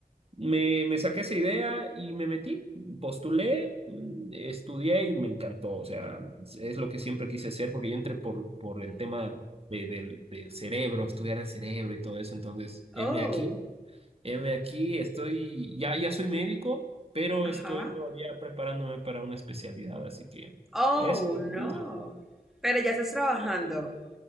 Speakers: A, on the right; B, in the centre.
A: me, me saqué esa idea y me metí, postulé, mm, estudié y me encantó. O sea, es es lo que siempre quise hacer porque yo entré por, por el tema de- del, del cerebro, estudiar el cerebro y todo eso. Entonces,
B: Oh,
A: heme aquí Heme aquí, estoy, ya, ya soy médico, pero
B: ajá.
A: estoy todavía preparándome para una especialidad, así que
B: Oh,
A: eso. te
B: no.
A: cuento.
B: Pero ya estás trabajando.